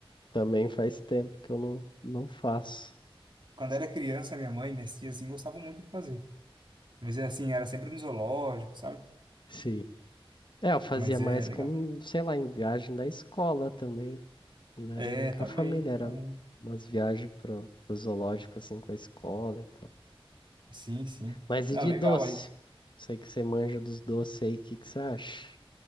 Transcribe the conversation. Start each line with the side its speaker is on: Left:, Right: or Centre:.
Left: também faz tempo que eu não, não faço.
Right: Quando era criança, minha mãe, minhas tias, assim, gostavam muito de fazer. Mas é assim, era sempre no zoológico, sabe?
Left: Sim. É, eu fazia
Right: Mas
Left: mais
Right: é legal.
Left: quando, sei lá, em viagem da escola também. Não era
Right: É,
Left: nem com
Right: também,
Left: a família, era
Right: também.
Left: umas viagens pro, pro zoológico, assim, com a escola e tal.
Right: Sim, sim.
Left: Mas e
Right: Não,
Left: de
Right: legal.
Left: doce?
Right: Aí,
Left: Sei que você manja dos doces aí, o que que você acha?